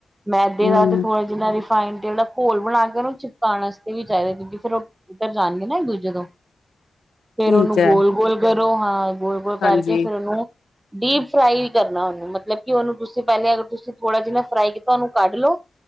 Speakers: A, on the right; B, on the left.
A: ਮੈਦੇ
B: ਹੂੰ,
A: ਦਾ ਤੇ ਥੋੜ੍ਹਾ ਜਿਨਾ ਰਿਫਾਈਨ ਤੇਲ ਦਾ ਘੋਲ ਬਣਾ ਕੇ ਉਹਨੂੰ ਚਿਪਕਾਉਣ ਵਾਤੇ ਵੀ ਚਾਹੀਦਾ ਕਿਉਂਕਿ ਫਿਰ ਉੱਤਰ ਜਾਣਗੇ ਨਾ ਇੱਕ ਦੂਜੇ ਤੋਂ
B: <inaudible>
A: ਫੇਰ ਉਹਨੂੰ
B: ਐ,
A: ਗੋਲ-ਗੋਲ ਕਰੋ, ਹਾਂ ਗੋਲ-ਗੋਲ ਕਰਕੇ
B: ਹਾਂਜੀ,
A: ਫੇਰ ਉਹਨੂੰ ਡੀਪ ਫਰਾਈ ਵੀ ਕਰਨਾ ਉਹਨੂੰ ਮਤਲਬ ਕਿ ਉਹਨੂੰ ਤੁਸੀਂ ਪਹਿਲੇ ਅਗਰ ਤੁਸੀਂ ਥੋੜ੍ਹਾ ਜਿਹਾ ਨਾ ਫਰਾਈ ਕੀਤਾ, ਉਹਨੂੰ ਕੱਢ ਲਓ।